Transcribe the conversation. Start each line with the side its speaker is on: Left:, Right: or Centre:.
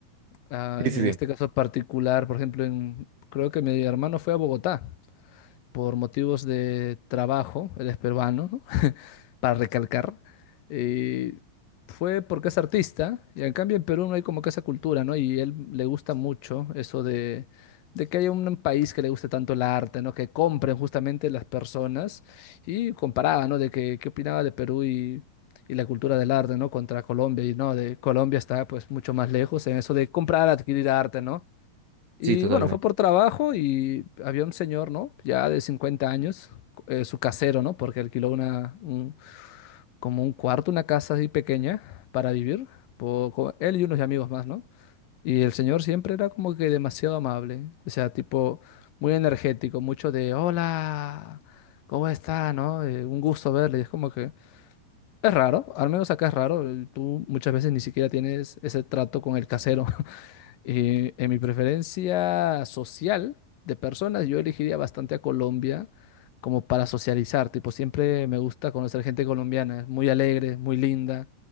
Left: Ah,
Right: Sí, sí,
Left: en
Right: sí.
Left: este caso particular, por ejemplo, en- creo que mi hermano fue a Bogotá por motivos de trabajo, él es peruano, ¿no? para recalcar, eh, fue porque es artista, y en cambio en Perú no hay como que esa cultura, ¿no? Y él le gusta mucho eso de, de que haya un país que le guste tanto el arte, ¿no? Que compren justamente las personas, y comparaba, ¿no? De que, qué opinaba de Perú y, y la cultura del arte, ¿no? Contra Colombia, y no, de Colombia está pues mucho más lejos en eso de comprar, adquirir arte, ¿no? Y
Right: Sí, totalmente.
Left: bueno, fue por trabajo y había un señor, ¿no? Ya de 50 años, eh, su casero, ¿no? Porque alquiló una, un, como un cuarto, una casa así pequeña para vivir, po- co- él y unos amigos más, ¿no? Y el señor siempre era como que demasiado amable, o sea, tipo muy energético, mucho de hola, ¿cómo está? ¿no? Eh, un gusto verle, y es como que es raro, al menos acá es raro, eh, tú muchas veces ni siquiera tienes ese trato con el casero, <laughs> Eh, en mi preferencia social de personas, yo elegiría bastante a Colombia como para socializar. Tipo, siempre me gusta conocer gente colombiana. Es muy alegre, muy linda,